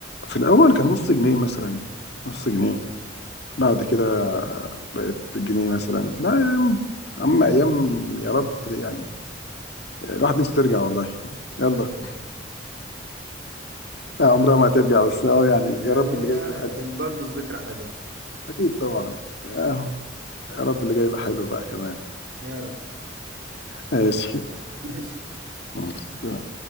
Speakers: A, on the left; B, on the right.
A: في الاول كان نص جنيه مثلا نص جنيه بعد كده بقت جنيه مثلا لا يا عم اما ايام يا رب يعني الواحد نفسه ترجع والله يلا آه، عمرها ما هترجع بس اه يعني
B: يعني
A: يا رب اللي جاي
B: آه،
A: يكون حلو
B: برضه الذكرى حلوة
A: اكيد طبعا يا يا رب اللي جاي يبقى حلو بقى كمان
B: يا رب
A: ماشي
B: <laughs> ماشي
A: يلا